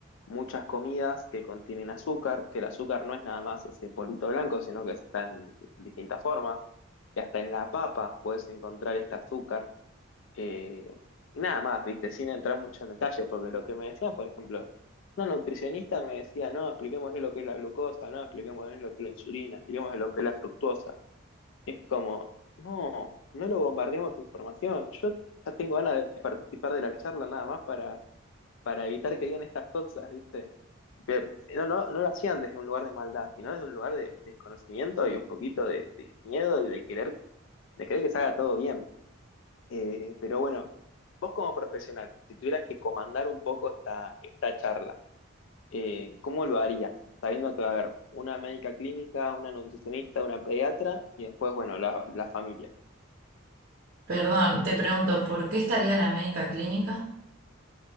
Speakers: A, on the left (about 60°); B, on the right (about 40°).
A: muchas comidas que contienen azúcar, que el azúcar no es nada más ese polvito blanco, sino que está en distintas formas, que hasta en la papa puedes encontrar este azúcar. eh, y nada más, viste, sin entrar mucho en detalle, porque lo que me decía, por ejemplo, una nutricionista me decía, no, expliquemos lo que es la glucosa, no, expliquemos lo que es la insulina, expliquemos lo que es la fructosa. Es como, no, no lo bombardeemos de información. Yo ya tengo ganas de participar de la charla nada más para, para evitar que digan estas cosas, ¿viste? Pero no, no, no lo hacían desde un lugar de maldad, sino desde un lugar de desconocimiento y un poquito de, de miedo y de querer, de querer que se haga todo bien. Eh, pero bueno, vos como profesional, si tuvieras que comandar un poco esta, esta charla, eh, ¿cómo lo harías? Sabiendo que va a haber una médica clínica, una nutricionista, una pediatra y después, bueno, la, la familia.
B: Perdón, te pregunto, ¿por qué estaría la médica clínica?